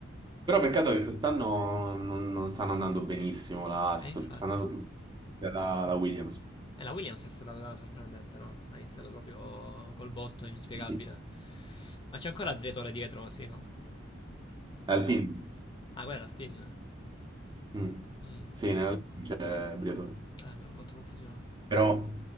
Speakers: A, on the right (about 25°); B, on the left (about 25°).
A: Però peccato che quest'anno non, non stanno andando benissimo la Haas,
B: Eh, infatti.
A: sta andando più per la, la Williams.
B: E la Williams è stata sorprendente, no? Ha iniziato proprio col botto inspiegabile.
A: Mm.
B: Ma c'è ancora Briatore dietro, sì, no?
A: Alpine.
B: Ah, quella era il pin.
A: Mm.
B: Mm.
A: Sì, nell'Alpine c'è Briatore.
B: Eh, abbiamo fatto confusione.
A: Però